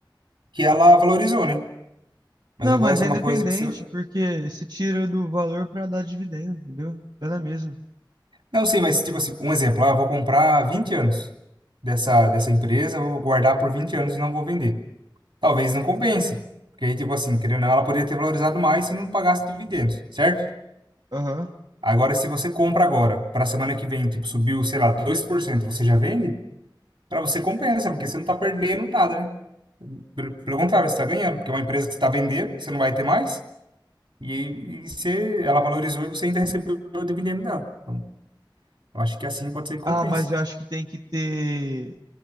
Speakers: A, on the right; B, on the right.
A: que ela valorizou, né? Mas
B: Não,
A: agora
B: mas
A: essa
B: é
A: é
B: independente,
A: uma coisa que você.
B: porque você tira do valor pra dar dividendo, entendeu? Dá na mesma.
A: Não, sim, mas tipo assim, um exemplo, ah, eu vou comprar 20 anos dessa, dessa empresa, eu vou guardar por 20 anos e não vou vender. Talvez não compense. Porque aí, tipo assim, querendo ou não, ela poderia ter valorizado mais se não pagasse dividendos, certo?
B: Aham.
A: Agora, se você compra agora, para semana que vem, tipo, subiu, sei lá, 2% você já vende? Para você compensa, porque você não tá perdendo nada, né? Pelo, pelo contrário, você tá ganhando, porque é uma empresa que está vendendo, você não vai ter mais, e, aí e você, ela valorizou e você ainda recebeu o dividendo dela. Então, eu acho que assim pode ser que
B: Ah,
A: compense.
B: mas eu acho que tem que ter.